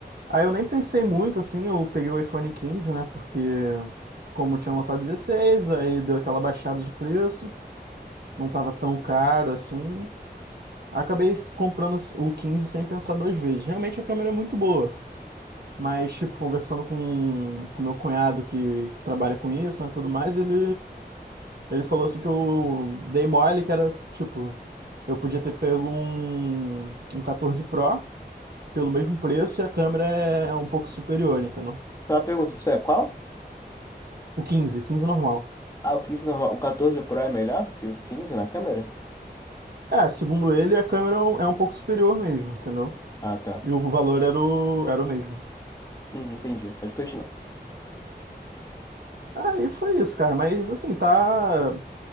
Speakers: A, on the right; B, on the left.
A: Aí eu nem pensei muito, assim, eu peguei o iPhone 15, né? Porque como tinha lançado 16, aí deu aquela baixada de preço, não tava tão caro assim. Acabei comprando o 15 sem pensar duas vezes. Realmente a câmera é muito boa, mas, tipo, conversando com, com meu cunhado que, que trabalha com isso, né, tudo mais, ele Ele falou assim que eu dei mole, que era tipo, eu podia ter pego um, um 14 Pro pelo mesmo preço e a câmera é um pouco superior, entendeu?
B: Só uma pergunta, isso é qual?
A: O 15, o 15 normal.
B: Ah, o quinze normal. O 14 Pro é melhor que o 15 na câmera?
A: É, segundo ele, a câmera é um é um pouco superior mesmo, entendeu?
B: Ah, tá.
A: E o valor era o, era o mesmo.
B: Uhum, entendi. Pode continuar.
A: Aí foi isso, cara. Mas assim, tá.